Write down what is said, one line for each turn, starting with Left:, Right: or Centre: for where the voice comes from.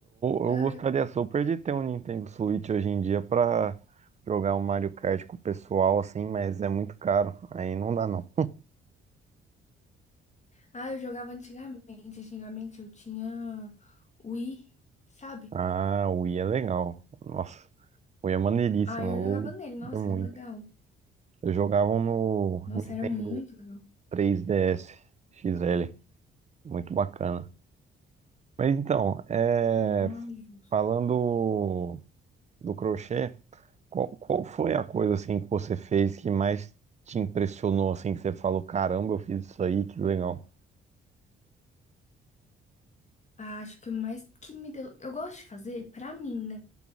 Right: eu,
Left: Ah,
Right: eu gostaria
Left: eu,
Right: super de ter um Nintendo Switch hoje em dia pra jogar um Mario Kart com o pessoal, assim, mas é muito caro. Aí não dá, não.
Left: ah, eu jogava antigamente. Antigamente eu tinha Wii, sabe?
Right: Ah, o Wii é legal. Nossa, o Wii é maneiríssimo.
Left: Ah, eu jogava nele. Nossa,
Right: Eu ia muito.
Left: era legal.
Right: Eu jogava no
Left: Nossa,
Right: Nintendo
Left: era muito legal.
Right: 3DS XL. Muito bacana. Mas então, é,
Left: Ah, justo.
Right: falando do crochê, qual, qual foi a coisa assim que você fez que mais te impressionou, assim, que você falou, caramba, eu fiz isso aí, que legal.
Left: Ah, acho que o mais que me deu. Eu gosto de fazer pra mim, né?